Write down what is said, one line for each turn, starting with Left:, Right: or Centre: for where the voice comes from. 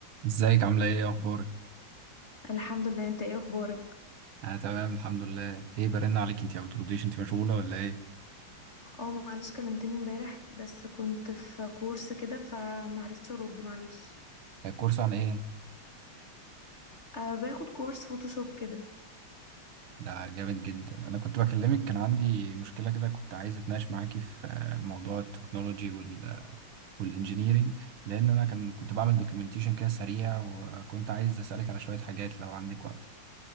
Right: ازيك عاملة ايه اخبارك؟
Left: الحمد لله انت ايه اخبارك
Right: انا تمام الحمد لله ايه برن عليك انت ما بترديش انت مشغولة ولا ايه؟
Left: اه معلش كلمتني امبارح بس كنت في كورس كده فمعرفتش ارد معلش
Right: الكورس عن ايه؟
Left: أه باخد كورس فوتوشوب كده
Right: ده جامد جدا انا كنت بكلمك كان عندي مشكلة كده كنت عايز اتناقش معاكي في آه، موضوع التكنولوجي وال والانجينيرينج لان انا كان كنت بعمل دوكيومنتيشن كده سريع وكنت عايز اسألك على شوية حاجات لو عندك وقت